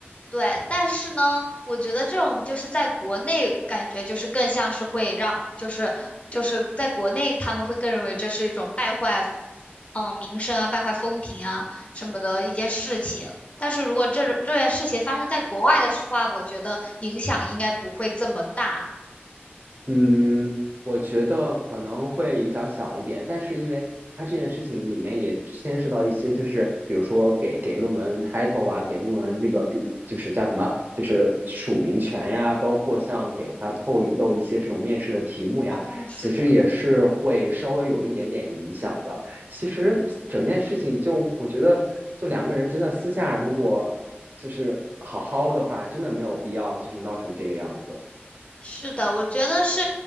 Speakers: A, on the left; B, on the right.
A: 对，但是呢，我觉得这种就是在国内感觉就是更像是会让，就是就是在国内他们会更认为这是一种败坏，嗯、名声啊，败坏风评啊什么的一件事情。但是如果这这件事情发生在国外的话，我觉得影响应该不会这么大。
B: 嗯，我觉得可能会影响小一点，但是因为它这件事情里面也牵涉到一些，就是比如说给给论文 title 啊，给论文这个比就是叫什么，就是署名权呀，包括像给它透露一些这种面试的题目呀，
A: 哦，是的。
B: 其实也是会稍微有一点点影响的。其实整件事情就我觉得，就两个人真的私下如果就是好好的话，真的没有必要就是闹成这个样子。
A: 是的，我觉得是，